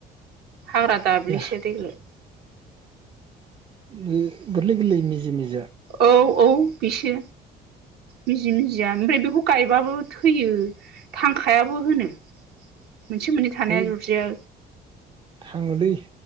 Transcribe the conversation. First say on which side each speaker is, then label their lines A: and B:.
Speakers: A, on the right; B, on the right.
A: हाग्रा दाब्लेसो
B: बे
A: देग्लाय
B: बे गोरलै गोरलै मिजि मिजि
A: औ औ बेसो मिजि मिजिया ओमफ्राय बेखौ गायबाबो थैयो थांखायाबो होनो मोनसे मोननै थानाया
B: है
A: अरजाया
B: थाङोलै